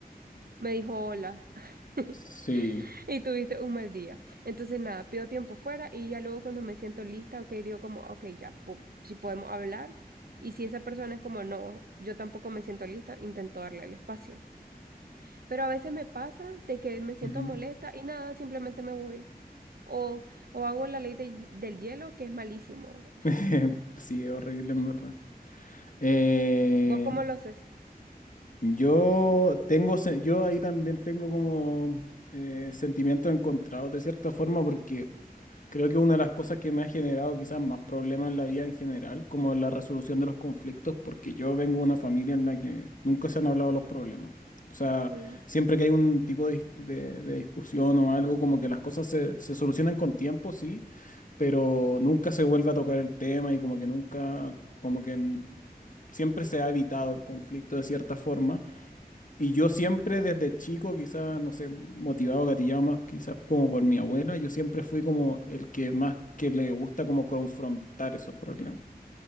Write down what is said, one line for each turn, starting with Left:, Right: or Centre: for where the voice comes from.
Right: me dijo hola <laughs>
Left: Sí.
Right: y tuviste un mal día. Entonces nada, pido tiempo fuera y ya luego cuando me siento lista, ok, digo como, ok, ya, po- si podemos hablar. Y si esa persona es como, no, yo tampoco me siento lista, intento darle el espacio. Pero a veces me pasa de que me siento
Left: Ujú.
Right: molesta y nada, simplemente me voy. O, o hago la ley del del hielo, que es malísimo.
Left: <laughs> Sí, es horrible en verdad. Eh,
Right: ¿Vos cómo lo haces?
Left: yo tengo, se- yo ahí también tengo como eh, sentimientos encontrados de cierta forma porque creo que una de las cosas que me ha generado quizás más problemas en la vida en general, como la resolución de los conflictos, porque yo vengo de una familia en la que nunca se han hablado los problemas. O sea,
Right: Mm,
Left: siempre que hay un tipo de, dis- de- de discusión o algo, como que las cosas se, se solucionan con tiempo, sí, pero nunca se vuelve a tocar el tema y como que nunca, como que siempre se ha evitado el conflicto de cierta forma. Y yo siempre desde chico, quizás, no sé, motivado, gatillado más quizás como por mi abuela, yo siempre fui como el que más que le gusta como confrontar esos problemas.